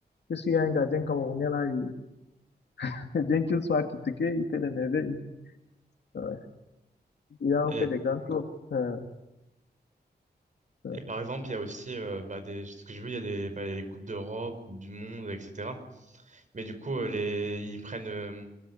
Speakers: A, on the left; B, on the right.
A: Puisqu'il y a un gardien camerounais là, il- <laughs> bien qu'il soit critiqué, il fait des merveilles. Ouais. Il a
B: Et,
A: fait des grands clubs. Euh, euh.
B: et par exemple, il y a aussi, euh, bah, des, ce que j'ai vu, il y a des, bah, il y a les Coupes d'Europe, Coupes du Monde, etc. Mais du coup, euh, les, ils prennent euh,